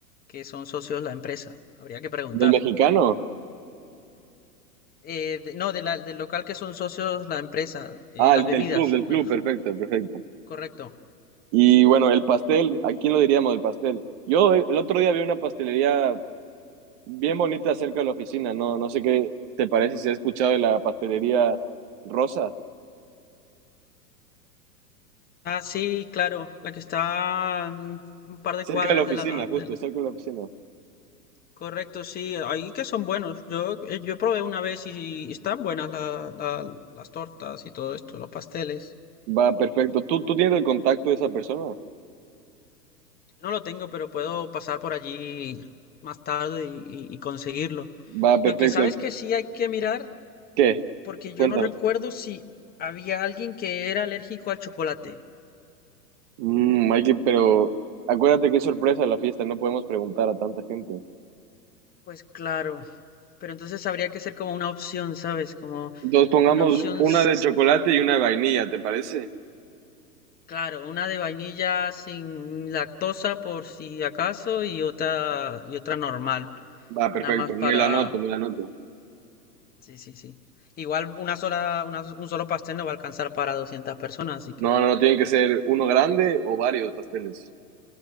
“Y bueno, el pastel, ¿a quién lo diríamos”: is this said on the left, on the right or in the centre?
Right